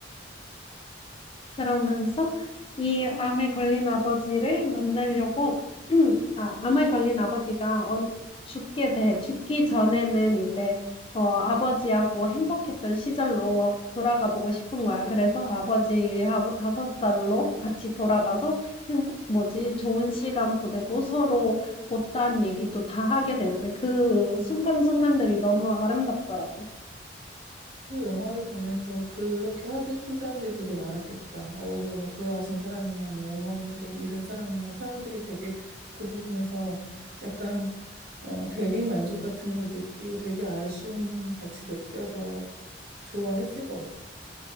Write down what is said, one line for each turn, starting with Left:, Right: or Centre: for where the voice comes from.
Left: 그러면서 이 암에 걸린 아버지를 만나려고, <clears throat> 아, 암에 걸린 아버지가 언- 죽게 돼, 죽기 전에는 이제, 어, 아버지하고 행복했던 시절로 돌아가 보고 싶은 거야. 그래서 아버지하고 다섯 살로 같이 돌아가서 행복, 뭐지, 좋은 시간 보내고 서로 못다한 얘기도 다 하게 되는데 그 순간순간들이 너무 아름답더라고.
Right: 그 영화를 보면서 그렇게 하고 싶은 사람들이 되게 많았겠다. 아버지가 뭐 돌아가신 사람이나 뭐 어머니를 잃은 사람이나 사람들이 되게 그 부분에서 약간 어, 대리 만족 같은 걸 느끼고 되게 아쉬움 같이 느껴서 좋아했을 것 같아.